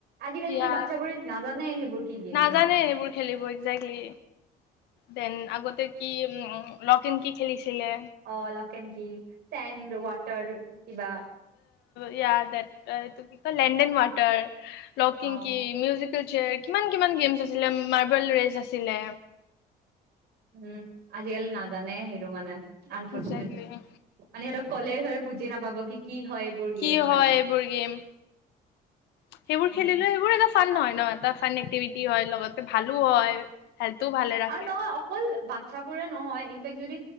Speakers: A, on the right; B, on the left.
A: আজিকালিতো
B: ইয়া
A: বাচ্ছা বোৰে নাজানে সেইবোৰ কি গেমচ
B: নাজানে
A: হয়
B: সেইবোৰ খেলিব ইকজেক্টলি দেন আগতে কি উম লক এন্ড কি খেলিছিলে
A: অ lock and key sand water কিবা
B: ইয়াতে এইটো কি কয় land and water lock
A: um
B: and key musical chair কিমান কিমান গেমছ্ আছিলে মাৰ্বল ৰেচ আছিলে
A: উম আজিকালি নাজানে সেইটো মানে আনফৰ্চুনেট
B: একজেক্টলি
A: মানে সিহতক কলে সিহঁতে বুজিয়ে নাপাব কি কি হয় এইবোৰ
B: কি
A: গেম মানে
B: হয় এইবোৰ গেম সেইবোৰ
A: উম
B: খেলিলে সেইবোৰ এটা ফান হয় ন এটা ফান এক্টিভিটি হয় লগতে ভালো হয় হেল্থও ভালে ৰাখে
A: আৰু নহয় অকল বাচ্ছাবোৰে নহয় ইনফেক্ট যদি